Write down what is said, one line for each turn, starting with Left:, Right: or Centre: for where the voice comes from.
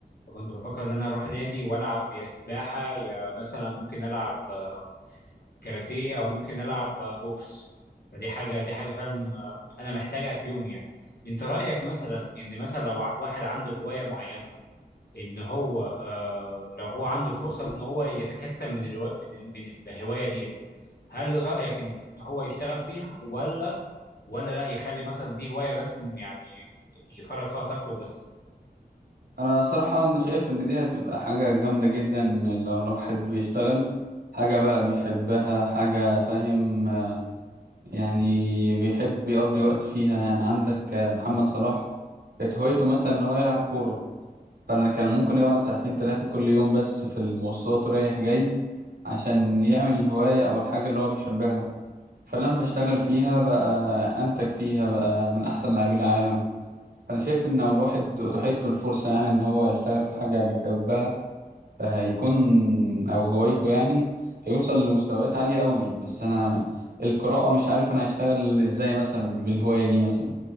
Left: فكنت بفكر ان انا اروح نادي والعب يا سباحه يا مثلا ممكن العب آه، كاراتيه او ممكن العب آه، بوكس فدي حاجه دي حاجه فعلا آه، انا محتاجها في يوم يعني انت رايك مثلا ان مثلا لو واحد عنده هوايه معينه ان هو آه لو هو عنده الفرصه ان هو يتكسب من الروا... من من الهوايه ديت هل رايك ان هو يشتغل فيها ولا ولا لا يخلي مثلا دي هوايه بس يعني يفرغ فيها طاقته بس
Right: انا صراحة انا شايف ان دي هتبقى حاجة جامدة جدا لو الواحد بيشتغل حاجة بقى بيحبها حاجة فاهم آه، يعني بيحب يقضي وقت فيها يعني عندك آه، محمد صلاح كانت هوايته مثلا ان هو يلعب كورة فانا كان ممكن يقعد ساعتين تلاتة كل يوم بس في المواصلات رايح جاي عشان يعمل الهواية او الحاجة اللي هو بيحبها فلما اشتغل فيها بقى انتج فيها بقى من احسن لاعبي العالم فانا شايف ان لو الواحد اتاحت له الفرصة يعني ان هو يشتغل في حاجة بيحبها هيكون او هوايته يعني هيوصل لمستويات عالية قوي بس انا القراءة مش عارف انا هشتغل ازاي مثلا بالهواية دي مثلا